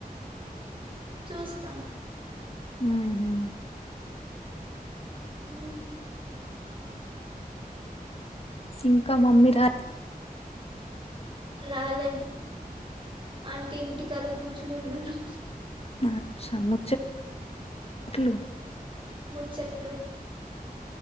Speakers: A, on the right; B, on the left.
A: చూస్తా
B: ఉహు
A: ఉ
B: ఇంక మమ్మీ రా
A: రాలే ఆంటీ ఇంటికల్ల కూర్చుని ఉన్నారు.
B: అచ్చ మ ట్లు
A: ముచ్చట్లు